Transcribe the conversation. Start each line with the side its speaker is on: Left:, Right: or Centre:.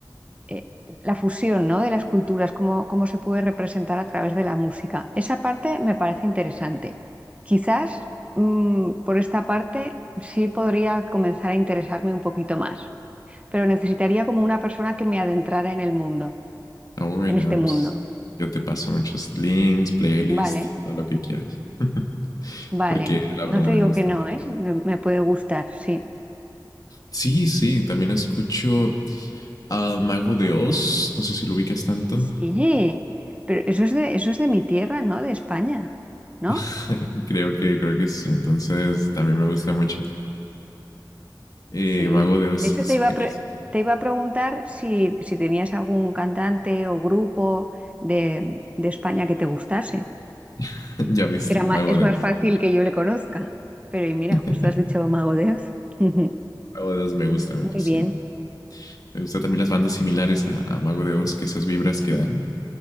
Right: eh, la fusión, ¿no? de las culturas, cómo, cómo se puede representar a través de la música. Esa parte me parece interesante. Quizás mm, por esta parte sí podría comenzar a interesarme un poquito más, pero necesitaría como una persona que me adentrara en el mundo,
Left: Oh, ya,
Right: en este mundo.
Left: pues, yo te paso muchos links, playlists,
Right: Vale,
Left: todo lo que quieras. <laughs>
Right: vale.
Left: porque la
Right: No
Left: verdad
Right: te
Left: me
Right: digo
Left: gusta
Right: que no,
Left: mucho.
Right: ¿eh? Me, me puede gustar, sí.
Left: Sí, sí, también escucho al Mago de Oz, no sé si lo ubicas tanto.
Right: Sí, pero eso es de, eso es de mi tierra, ¿no? De España, ¿no?
Left: <laughs> Creo que, creo que sí, entonces también me gusta mucho. Eh,
Right: Sí,
Left: Mago de Oz
Right: de hecho
Left: es
Right: te iba
Left: buenísimo.
Right: a, pre- te iba a preguntar si, si tenías algún cantante o grupo de, de España que te gustase,
Left: <laughs> Ya viste,
Right: que era ma-
Left: Mago
Right: es
Left: de
Right: más
Left: Oz.
Right: fácil que yo le conozca. Pero y mira,
Left: <laughs>
Right: justo has dicho Mago de Oz. <laughs> Muy
Left: Mago de Oz me gusta, me fascina.
Right: bien.
Left: Me gusta también las bandas similares a, a Mago de Oz, que esas vibras que dan.